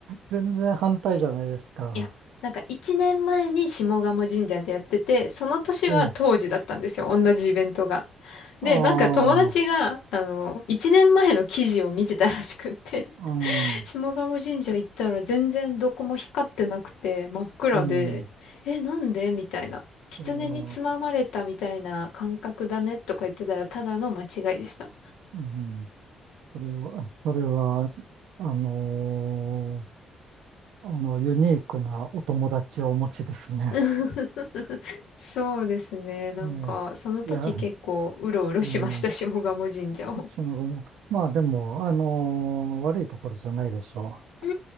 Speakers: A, on the right; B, on the left.
A: 全然反対じゃないですか。
B: いや、なんか1年前に下鴨神社でやってて、その年は当時だったんですよ、
A: ええ、
B: 同じイベントが。で、
A: ああ、
B: なんか友達が、あの、1年前の記事を見てたらしくって、
A: うん、
B: <laughs> 下鴨神社行ったら全然どこも光ってなくて真っ暗で、
A: うん、
B: え、なんでみたいな。狐につままれたみたいな感覚だねとか言ってたらただの間違いでした。
A: それは、うん、それは、それは、あのーあの、ユニークなお友達をお持ちですね。
B: <laughs> そうですね。なんか、
A: ねえ、
B: その時結構うろうろしました、
A: いや、ええ
B: 下鴨神社を。
A: その後も、まあでも、あのー悪いところじゃないでしょ
B: う